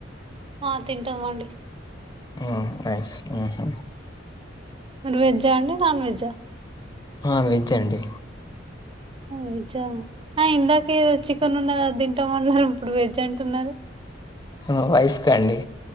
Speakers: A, on the right; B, on the left.
A: ఆ తింటామండి
B: ఆ నైస్ ఉహు
A: మీరు వెజ్జా అండి నాన్ వెజ్జా
B: ఆ వేజ్జండి
A: వెజ్జా ఆ ఇందాక ఏదో చికెన్ ఉన్నది అది తింటామన్నారు ఇప్పుడు వెజ్ అంటున్నరు
B: మా వైఫ్ కండి